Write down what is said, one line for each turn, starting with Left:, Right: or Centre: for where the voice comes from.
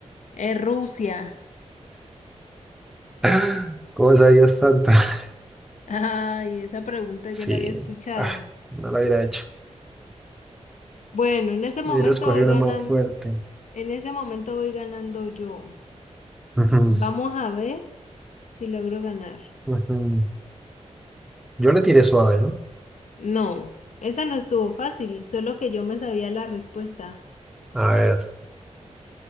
Left: Es Rusia.
Centre: <laughs> ¿Cómo sabías tanto? <laughs>
Left: Ay, esa pregunta
Centre: Sí,
Left: ya la había escuchado.
Centre: ah, no lo hubiera hecho.
Left: Bueno, en ese momento
Centre: Hubiera escogido
Left: voy
Centre: una
Left: ganando,
Centre: más fuerte.
Left: en ese momento voy ganando yo.
Centre: Ujú,
Left: Vamos a ver si logro ganar.
Centre: ujú. Yo le tiré suave, ¿no?
Left: No, esa no estuvo fácil, solo que yo me sabía la respuesta.
Centre: A ver.